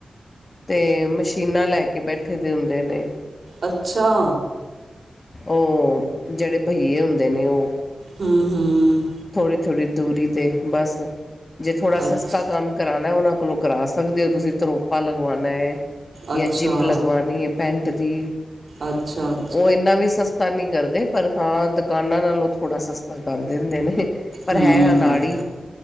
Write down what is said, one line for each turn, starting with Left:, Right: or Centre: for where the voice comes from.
Left: ਤੇ ਮਸ਼ ਸ਼ੀਨਾ ਲੈਕੇ ਬੈਠੇ ਦੇ ਹੁੰਦੇ ਨੇ।
Right: ਅੱਛਾ।
Left: ਉਹ ਜਿਹੜੇ ਬਈਏ ਹੁੰਦੇ ਨੇ ਉਹ।
Right: ਹੂੰ-ਹੂੰ ਹੂੰ
Left: ਥੋੜ੍ਹੀ-ਥੋੜ੍ਹੀ ਦੂਰੀ ਤੇ ਬਸ, ਜੇ ਥੋੜ੍ਹਾ
Right: ਅੱਛਾ
Left: ਸਸਤਾ ਕੰਮ ਕਰਾਣਾ ਉਹਨਾਂ ਕੋਲੋਂ ਕਰਾ ਸਕਦੇ ਹੋ ਤੁਸੀਂ ਤਰੋਪਾ ਲਗਵਾਣਾ,
Right: ਅੱਛਾ ਅੱਛਾ
Left: ਜਾਂ ਜਿਪ ਲਗਵਾਣੀ ਹੈ ਪੈਂਟ ਦੀ।
Right: ਅੱਛਾ।
Left: ਉਹ ਇੰਨਾ ਵੀ ਸਸਤਾ ਨੀ ਕਰਦੇ ਪਰ ਹਾਂ ਦਕਾਨਾਂ ਨਾਲੋਂ ਥੋੜ੍ਹਾ ਸਸਤਾ ਕਰ ਦਿੰਦੇ ਨੇ। ਤੇ ਪਰ
Right: ਹੂੰ
Left: ਹੈ ਅਨਾੜੀ।
Right: ਹੂੰ